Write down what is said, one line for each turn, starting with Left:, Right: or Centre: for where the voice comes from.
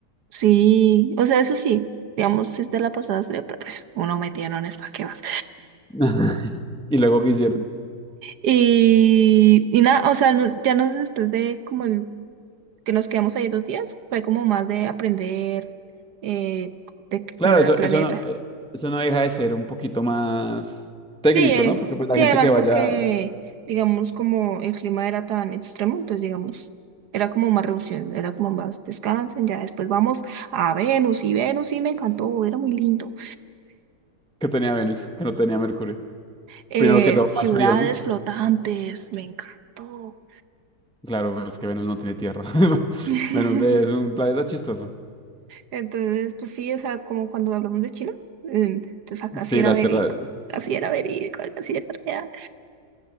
Right: Sí, o sea, eso sí, digamos, si te la pasabas fría, pero pues uno metía es ¿para qué vas?
Centre: <laughs> Y luego que hicieron.
Right: Y, y nada, o sea, no- ya nos después de como el, que nos quedamos ahí dos días, fue como más de aprender eh, de que- cómo
Centre: Claro,
Right: era
Centre: eso,
Right: el planeta.
Centre: eso no, eh, eso no deja de ser un poquito más técnico,
Right: Sí, eh,
Centre: ¿no? Porque pues,
Right: sí,
Centre: la gente
Right: además
Centre: que vaya,
Right: porque, digamos, como el clima era tan extremo, entonces, digamos, era como más reducción, era como más descansen, ya después vamos a Venus y Venus, sí, me encantó, era muy lindo.
Centre: que tenía Venus, que no tenía Mercurio.
Right: Eh,
Centre: Primero que todo,
Right: ciudades
Centre: más frío, ¿no?
Right: flotantes, me encantó.
Centre: Claro, pues, es que Venus no tiene tierra. <laughs>
Right: <laughs>
Centre: Venus es un planeta chistoso.
Right: Entonces, pues sí, o sea, como cuando hablamos de China, em, entonces acá sí
Centre: Sí,
Right: era
Centre: la
Right: verídico,
Centre: Tierra.
Right: casi era verídico, casi era real.